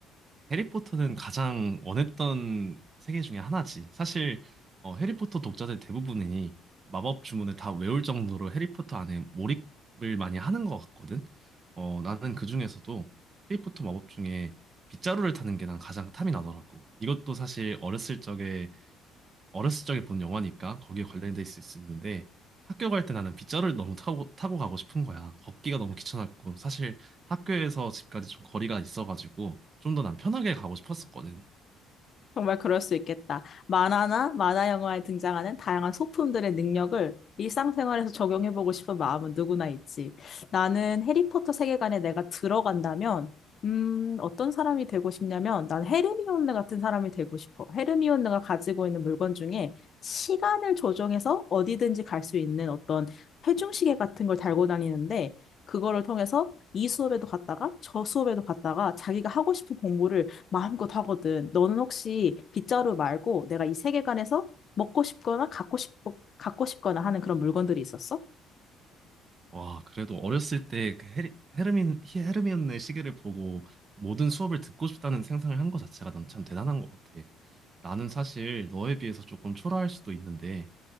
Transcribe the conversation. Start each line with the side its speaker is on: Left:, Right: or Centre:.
Right: 해리포터는 가장 원했던 세계 중에 하나지. 사실 어, 해리포터 독자들 대부분이 마법 주문을 다 외울 정도로 해리포터 안에 몰입을 많이 하는 것 같거든. 어, 나는 그 중에서도 해리포터 마법 중에 빗자루를 타는 게 난 가장 탐이 나더라고. 이것도 사실 어렸을 적에 어렸을 적에 본 영화니까 거기에 관련돼 있을 수 있는데 학교 갈 때 나는 빗자루를 너무 타고, 타고 가고 싶은 거야. 걷기가 너무 귀찮았고 사실 학교에서 집까지 좀 거리가 있어가지고 좀 더 난 편하게 가고 싶었었거든.
Left: 정말 그럴 수 있겠다. 만화나 만화 영화에 등장하는 다양한 소품들의 능력을 일상생활에서 적용해보고 싶은 마음은 누구나 있지. 나는 해리포터 세계관에 내가 들어간다면, 음, 어떤 사람이 되고 싶냐면, 난 헤르미온느 같은 사람이 되고 싶어. 헤르미온느가 가지고 있는 물건 중에 시간을 조정해서 어디든지 갈 수 있는 어떤 회중시계 같은 걸 달고 다니는데, 그거를 통해서 이 수업에도 갔다가 저 수업에도 갔다가 자기가 하고 싶은 공부를 마음껏 하거든. 너는 혹시 빗자루 말고 내가 이 세계관에서 먹고 싶거나 갖고 싶, 갖고 싶거나 하는 그런 물건들이 있었어?
Right: 와, 그래도 어렸을 때 그 헤리, 헤르민, 히- 헤르미온의 시계를 보고 모든 수업을 듣고 싶다는 생각을 한 것 자체가 난 참 대단한 것 같아. 나는 사실 너에 비해서 조금 초라할 수도 있는데